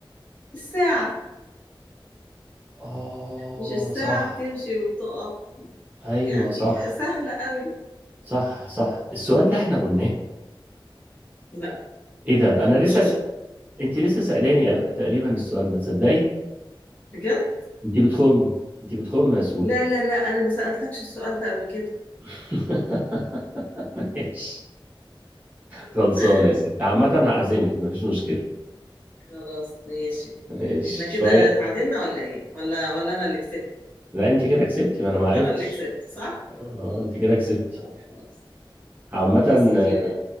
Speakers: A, on the left (about 20°); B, on the right (about 20°).
A: الساعة
B: اه
A: مش الساعة
B: صح
A: بتمشي وبتقف
B: ايوه
A: يعني
B: صح
A: سهلة قوي
B: صح صح السؤال ده احنا قلناه
A: لا
B: ايه
A: ملهوش
B: ده انا لسه س...
A: قل-
B: انت لسه سألاني أ- تقريبا السؤال ده تصدقي
A: بجد
B: انت بتخمي انت بتخمي يا سو
A: لا لا لا انا ما سألتكش السؤال ده قبل كده
B: <laughs> ماشي
A: <laughs>
B: خلصانة يا ستي عامة هعزمك مفيش مشكلة
A: خلاص ماشي
B: ماشي
A: احنا كده
B: شوية
A: اتعادلنا ولا ايه ولا ولا انا اللي كسبت
B: لا انت كده كسبتي ما انا معرفتش
A: انا اللي كسبت صح
B: اه آه،
A: مم.
B: انت كده كسبتي
A: طب خلاص
B: عامة
A: يا سيدي
B: آه،